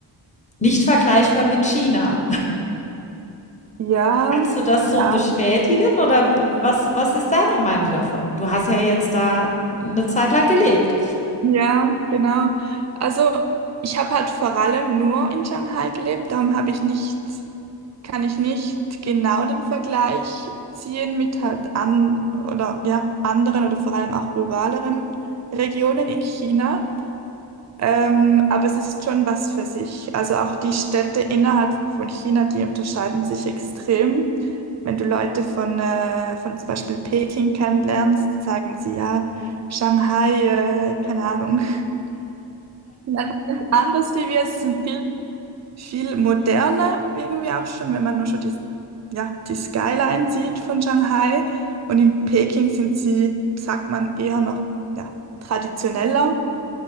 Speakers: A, on the left (about 15°); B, on the right (about 40°).
A: nicht vergleichbar mit China.
B: Ja,
A: Kannst du das so
B: ja,
A: bestätigen oder was was ist deine Meinung davon? Du hast ja jetzt da eine Zeit lang gelebt.
B: Ja, genau. Also ich habe halt vor allem nur in Shanghai gelebt, darum habe ich nicht, kann ich nicht genau den Vergleich ziehen mit halt an oder ja, anderen oder vor allem auch ruraleren Regionen in China. Ähm, aber es ist schon was für sich. Also auch die Städte innerhalb von China, die unterscheiden sich extrem. Wenn du Leute von, äh, von zum Beispiel Peking kennenlernst, sagen sie ja, Shanghai, äh, keine Ahnung. <laughs> Sind Einfach ganz anders wie wir. Es sind viel, viel moderner irgendwie auch schon, wenn man nur schon die, ja, die Skyline sieht von Shanghai. Und in Peking sind sie, sagt man, eher noch ja, traditioneller.